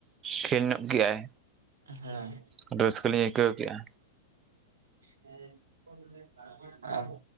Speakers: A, on the right; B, on the right.
A: ᱠᱷᱮᱞ ᱧᱚᱜ ᱠᱮᱜ-ᱟᱭ
B: ᱦᱳᱭ
A: ᱟᱹᱰᱤ ᱨᱟᱹᱥᱠᱟᱹ ᱞᱤᱧ ᱟᱹᱭᱠᱟᱹᱣ ᱠᱮᱜ-ᱟ᱾
B: ᱦᱮᱸ <unintelligible>